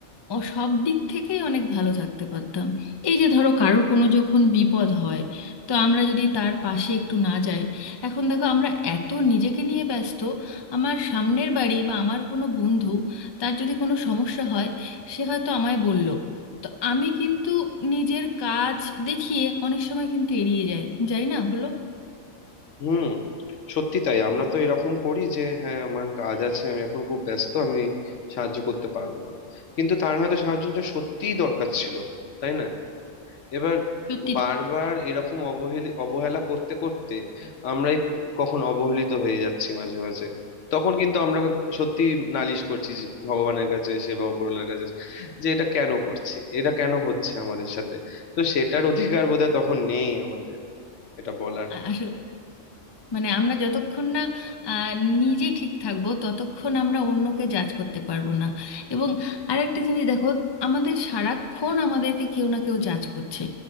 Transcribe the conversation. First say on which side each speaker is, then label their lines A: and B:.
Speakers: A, on the left; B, on the left.
A: অ- সব দিক থেকেই অনেক ভালো থাকতে পারতাম এই যে ধরো কারোর কোনো যখন বিপদ হয় তো আমরা যদি তার পাশে একটু না যাই এখন দেখো আমরা এত নিজেকে নিয়ে ব্যস্ত আমার সামনের বাড়ি বা আমার কোনো বন্ধু তার যদি কোনো সমস্যা হয় সে হয়তো আমায় বলল তো আমি কিন্তু নিজের কাজ দেখিয়ে অনেক সময় কিন্তু এড়িয়ে যাই যাই না বলো
B: হুম সত্যি তাই আমরা তো এরকম করি যে হ্যাঁ আমার কাজ আছে আমি এখন খুব ব্যস্ত আমি সাহায্য করতে পারবো না কিন্তু তার হয়তো সাহায্যটা সত্যিই দরকার ছিল তাই না এবার
A: সত্যি
B: বারবার
A: তো।
B: এরকম অবহেলি অবহেলা করতে করতে আমরাই কখন অবহেলিত হয়ে যাচ্ছি মাঝে মাঝে তখন কিন্তু আমরা সত্যি নালিশ করছি যে ভগবানের কাছে সেবা উপরওয়ালার কাছে যে এটা কেন করছি এটা কেন হচ্ছে আমাদের সাথে তো সেটার অধিকার বোধহয় তখন নেই আমাদের এটা বলার
A: আ- আসলে মানে আমরা যতক্ষণ না আহ, নিজে ঠিক থাকবো ততক্ষণ আমরা অন্যকে জাজ করতে পারবো না এবং আরেকটা জিনিস দেখো আমাদের সারাক্ষণ আমাদেরকে কেউ না কেউ জাজ করছে